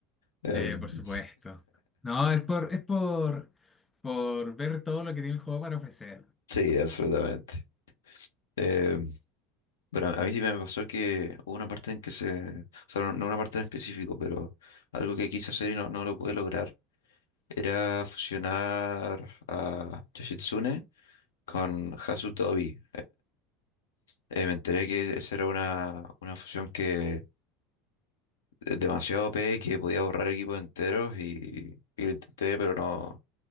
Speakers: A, on the left; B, on the left.
A: Em,
B: Eh, por supuesto. No, es por, es por, por ver todo lo que tiene el juego para ofrecer.
A: sí, absolutamente. Em, Pero a a mí sí me pasó que hubo una parte en que se, o sea, no no una parte en específico, pero algo que quise hacer y no, no lo pude lograr, era fusionar a Yoshitsune con Hasutobi. Eh, me enteré que esa era una, una fusión que es demasiado OP, que podía borrar equipos enteros y, y lo intenté, pero no,